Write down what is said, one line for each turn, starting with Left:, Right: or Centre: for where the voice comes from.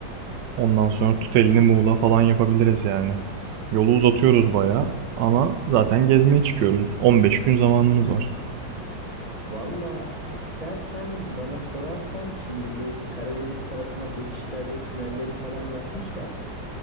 Right: Ondan sonra tut elini Muğla falan yapabiliriz yani. Yolu uzatıyoruz bayağı ama zaten gezmeye çıkıyoruz. 15 gün zamanımız var.
Left: Valla istersen bana sorarsan şimdi bu Karadeniz tarafına geçişlerde tünelleri falan yapmışlar.